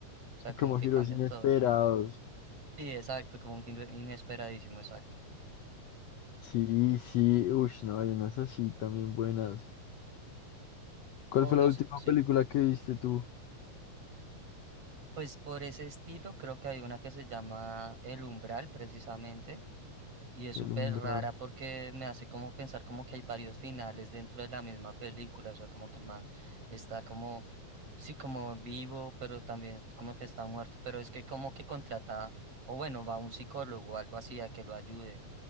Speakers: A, on the right; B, on the left.
A: o sea, como
B: como
A: que
B: giros
A: cambia
B: inesperados.
A: todo. Sí, exacto, como un giro inesperadísimo, exacto.
B: Sí, sí, uff, no, hay unas así también buenas. ¿Cuál
A: O
B: fue
A: no
B: la última
A: sé, sí.
B: película que viste tú?
A: Pues por ese estilo creo que hay una que se llama El Umbral, precisamente Y es súper
B: El umbral.
A: rara porque me hace como pensar como que hay varios finales dentro de la misma película, o sea, como que el man está como, sí, como vivo, pero también como que está muerto, pero es que como que contrata, o bueno, va a un psicólogo o algo así a que lo ayude